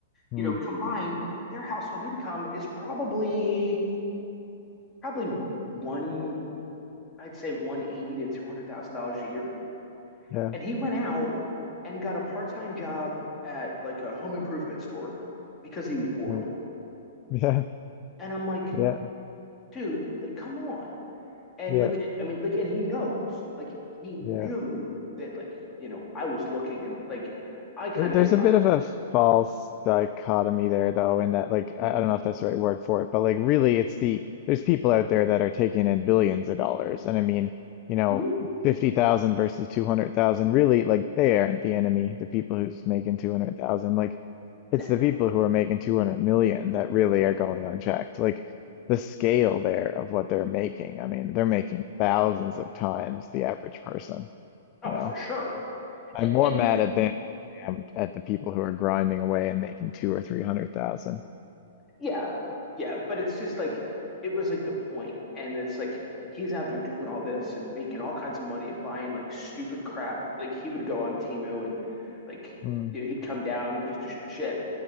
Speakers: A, on the left (about 40°); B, on the left (about 20°).
A: Hmm.
B: You know, combined, their household income is probably probably one, I'd say 180 to $200,000 a year.
A: yeah,
B: And he went out and got a part-time job at like a home improvement store because he was bored.
A: mm, <laughs> yeah,
B: And I'm like,
A: yeah,
B: dude, like come on. and
A: yeah,
B: like I mean like and he knows like he knew
A: yeah.
B: that like you know I was looking and like I kind
A: There- There's
B: of hit
A: a
B: rock
A: bit of a false dichotomy there, though, in that, like, I
B: mm
A: I don't know if that's the right word for it, but like, really, it's the there's people out there that are taking in billions of dollars, and I mean, you know,
B: mhm,
A: 50,000 versus 200,000, really, like, they aren't the enemy, the people who's making 200,000. Like, it's
B: no
A: the people who are making 200 million that really are going unchecked. Like, the scale there of what they're making, I mean, they're making thousands of times the average person,
B: oh
A: you know.
B: for sure
A: I'm
B: and,
A: more
B: and
A: mad at them at, at the people who are grinding away and making two or three hundred thousand.
B: yeah yeah but it's just like it was like the point and it's like he's out there doing all this and making all kinds of money and buying like stupid crap like he would go on Temu and like
A: Mm.
B: you know, he'd come down just to shoot shit